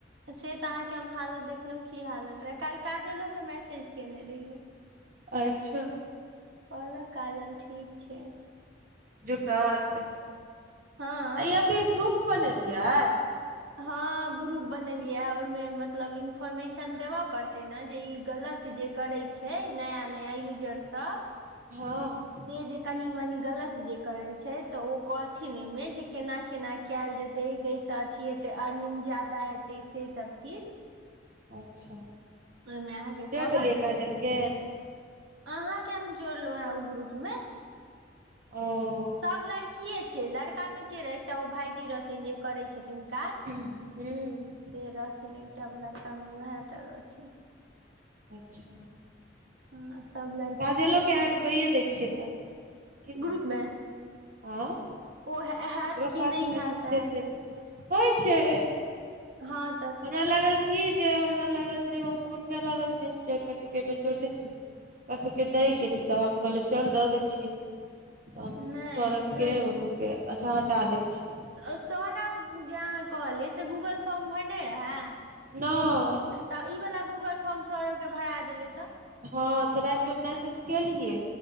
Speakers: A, on the right; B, on the right.
A: से तऽ अहाँके हम हालत देखलहुॅं की हालत रहै काल्हि काजलो के मैसेज केने रहियै
B: अच्छा
A: कहलक काजल ठीक छै
B: जुटत
A: हँ
B: अइये अभी ग्रुप बनेलियै
A: हँ ग्रुप बनेलियै ये ओहिमे मतलब इन्फोर्मेशन देबय पड़तै ने जे ई गलत जे करै छै नया नया यूजर सभ
B: हँ
A: से जे कनि मनी गलत जे करै छै तऽ ओ कहथिन ओइमे जे केना केना कैयल जेते कैसँ अथी हेते अर्निंग ज्यादा हेतै से सब चीज
B: अच्छा
A: ओहिमे अहाँके
B: जोड़ि
A: कहल
B: देलियै
A: जायत
B: काजल के
A: अहाँके हम जोड़लहुँ हें ओइ ग्रुप मे
B: ओ
A: सभ लड़किये छै लड़कामे के रहै एकटा ओ भाईजी रहथिन जे करै छथिन काज
B: हूँ
A: से रहथिन एकटा लड़कामे वैह टा रहथिन
B: अच्छा
A: हँ सभ लड़
B: काजलोके ऐड कैए दै छियै तऽ की करियै
A: ग्रुप मे
B: आँय
A: ओ हैत
B: ओकरो
A: कि
B: पासमे
A: नहि हैत
B: कुछ चलि जेतै होइ छै
A: हाँ
B: हमरा लागल की जे हमरा लागल जे हमरा लागल जे कहै छै <unintelligible> एहिमे जोड़ने छै ने ओकरा सबके दै के छै तऽ हम कहलियै चल दऽ दै छियै तऽ
A: ने नहि
B: सौरभ
A: जोड़ि
B: के उ के अच्छा हटा दै छियै
A: आ सौरभ जे अहाँ कहलियै से गूगल फॉर्म भरने रहय
B: नै
A: तऽ ई वाला गूगल फॉर्म सौरभ के भरा देबै तऽ
B: हँ तऽ राति मे मैसेज केेलियै